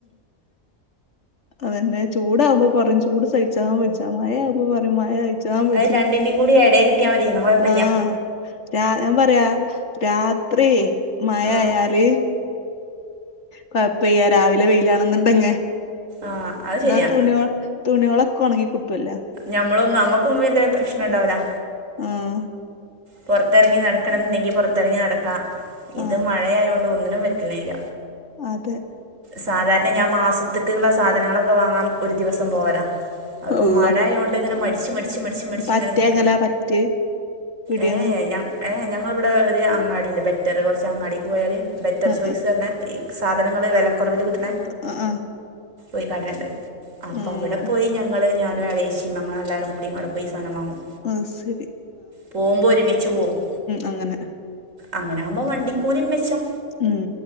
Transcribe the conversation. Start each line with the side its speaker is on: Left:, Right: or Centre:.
Left: അതന്നെ ചൂടകുമ്പോ പറിം ചൂട് സഹിച്ചാൻ വജ്ജാ മയാകുമ്പോ. മ്പോ പറിം മയ സയിച്ചാൻ വജ്ജാ
Right: അത് രണ്ടിന്റെയും കൂടി ഇടയിൽ കിട്ടിയാൽ മതി എന്നാ കുഴപ്പമില്ല
Left: ആഹ്. ഞാ ഞാൻ പറ്യ രാത്രി മയ
Right: ആഹ്
Left: അയാല്. കൊയപ്യല്ല്യ രാവിലെ വെയിലാണെന്നുണ്ടങ്.
Right: ആഹ് അത് ശരിയാ
Left: ന്നാ തുണിക തുണിളൊക്കെ ഉണങ്ങി കിട്ടല്ലോ.
Right: നമ്മള് നമ്മുക്കും പിന്നെ പ്രശ്നണ്ടാവുല്ല.
Left: ആഹ്.
Right: പൊറത്തറങ്ങി നടക്കണ ന്നുണ്ടെങ്കി പൊറത്തറങ്ങി നടക്കാം ഇത്
Left: ആഹ്
Right: മഴയായോണ്ട് ഒന്നിനും പറ്റണില്ല.
Left: അതെ.
Right: സാധാരണ ഞാൻ മാസത്ത്ക്ക്ളള സാധനങ്ങളൊക്കെ വാങ്ങാം. ഒരു ദിവസം പോവലാ. അത്പ്പൊ
Left: അള്ളാ
Right: മഴയോണ്ട് ഇങ്ങനെ മടിച്ച് മടിച്ച് മടിച്ച് മടിച്ച്
Left: പറ്റെ
Right: ഇങ്ങനെ നിക്ക.
Left: എങ്ങലാ പറ്റ് ഇവിടെന്ന്
Right: ഏ ഞ ഏ ഞങ്ങൾ ഇവിടെ ഒരു അങ്ങാടിണ്ട് ബെറ്ററ് കൊറച്ച് അങ്ങാടിക്ക് പോയാല്. ബെറ്റർ
Left: ആഹ്
Right: ചോയ്സ്
Left: ആഹ്
Right: റഞ്ഞ ഈ സാധനങ്ങള് വെലക്കുറവില് കിട്ട്ണ.
Left: ആഹ് ആഹ് ആഹ്
Right: ഒയ്കടണ്ട് അപ്പൊ
Left: ഉം
Right: അവിടെ പോയി ഞങ്ങള്. ഞാനും എളേഷിം ഞങ്ങളെല്ലാരും കൂടി അടെ പോയി സാനം വാങ്ങും.
Left: ആഹ് സരി.
Right: പോവുമ്പോ ഒരുമിച്ചു പോവും
Left: അങ്ങനെ
Right: അങ്ങനാവുമ്പോ വണ്ടിക്കൂലി മെച്ചം.
Left: ഉം